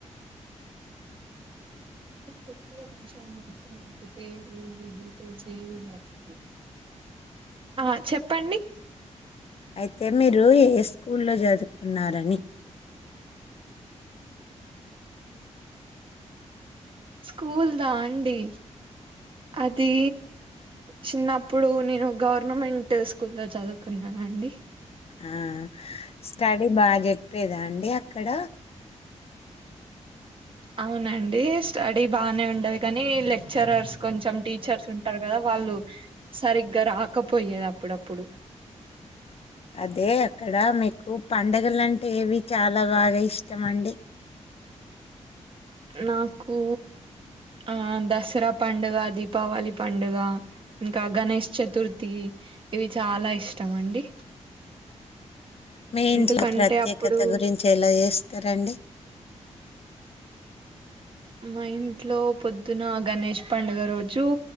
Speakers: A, on the right; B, on the left.
A: <inaudible> <unintelligible> ఆ చెప్పండి
B: అయితే మీరు ఏ స్కూల్ లో చేదువుకున్నారని
A: స్కూల్ దా అండి అది చిన్నప్పుడు నేను గవర్నమెంట్ స్కూల్ లో చదువుకున్నాను అ అండి
B: ఆ స్టడీ బాగా చెప్పేదా అండి అక్కడ
A: అవునండి స్టడీ బానే ఉండది కానీ లెక్చరర్స్ కొంచెం టీచర్స్ ఉంటారు కదా వాళ్ళు సరిగ్గా రాకపోయేది అప్పుడప్పుడు
B: అదే అక్కడ మీకు పండగలు అంటే ఎవి చాలా బాగా ఇష్టం అండి
A: నాకు ఆ దసరా పండుగ దీపావళి పండుగ ఇంకా గణేష్ చతుర్థి ఇవి చాలా ఇష్టం అండి
B: మీ ఇంట్లో
A: ఎందుకంటే
B: ప్రత్యేకత
A: అప్పుడు
B: గురించి ఎలా చేస్తారండి
A: మా ఇంట్లో పొద్దున గణేష్ పండుగ రోజు